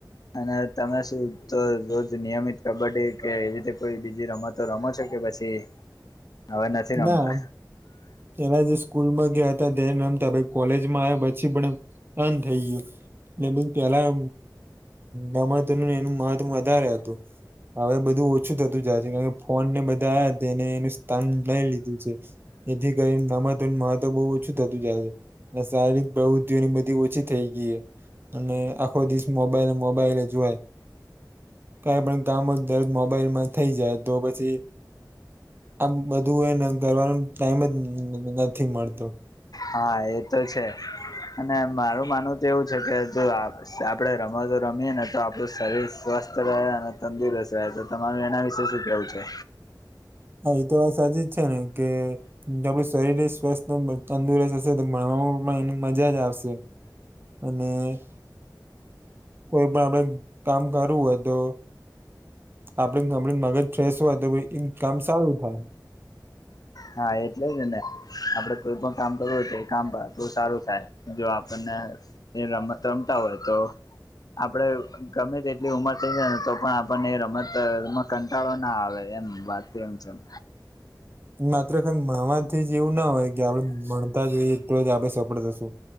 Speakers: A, on the left (about 60°); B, on the right (about 30°).
A: અને તમે શું તો રોજ નિયમિત કબડ્ડી કે એ રીતે કોઈ બીજી રમત તો રમ શો કે પછી. હવે નથી રમતા
B: ના પના જે સ્કૂલમાં ગયા હતા ધ્યાન રમતા કોલેજમાં આવ્યા પછી પણ બધ થઇ ગયું એ પેલા રમત ન એનું મહત્વ વધારે હતું હવે બધું ઓછું થતું જાય છે કારણ કે ફોન ને બધા આ હતા એને એનું સ્થાન લઈ લીધું છે. એથી કરી નામાતરણ મહત્વ બહુ ઓછું થતું જાય છે શારીરિક પ્રવૃતિઓની બધી ઓછી થઈ ગઈ અને આખો દિવસ મોબાઈલ મોબાઈલે જોય- કઈ પણ કામો દરેક મોબાઈલમાં થઈ જાય તો પછી આમ બધું એ કરવાનું ટાઈમ જ નથી મળતો
A: હા એ તો છે અને મારું માનવું તો એવું છે કે જો આપડણે રમતો રમીએ ને તો આપણું શરીર સ્વસ્થ રહે અને તંદુરસ્ત રહેતુ. તમારું એના વિશે શું કેવું છે.
B: હા એ તો વાત સાચી જ છે ને કે આપડું શરીર સ્વસ્થ તંદુરસ્ત હશે તો ભણવામાં પણ એની મજા જ આવશે અને કોઈ પણ આપડણે કામ કરવું હોય તો આપડ આપ મગજ ફ્રેશ હોય તો એ કામ સારું થાય
A: હા એટલે જ ને આપડે કોઈ પણ કામ કરવુંય તો એ કામ તો સારું થાય જો આપણને એ રમત રમતા હોય તો આપડે ગમે તેટલી ઉમર થઈ જાય ને તો પણ આપણને રમત કંટાળો ના આવે એમ વાત એમ છેમ
B: માત્ર ખલી મળણવાથી જ એવું ના હોય કે આપડ ભણતા જ હોઈએ તો જ આપડે સફળ થશું